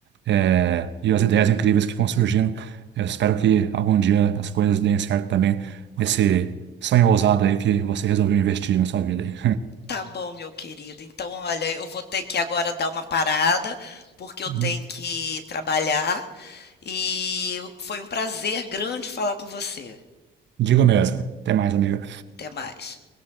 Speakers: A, on the right; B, on the left.
A: é, e as ideias incríveis que vão surgindo. Eu espero que algum dia as coisas deem certo também nesse sonho ousado aí que você resolveu investir na sua vida aí.
B: Tá bom, meu querido. Então, olha, eu vou ter que agora dar uma parada, porque eu
A: <laughs>
B: tenho que trabalhar. E foi um prazer grande falar com você.
A: Digo mesmo. Até mais, amiga.
B: Até mais.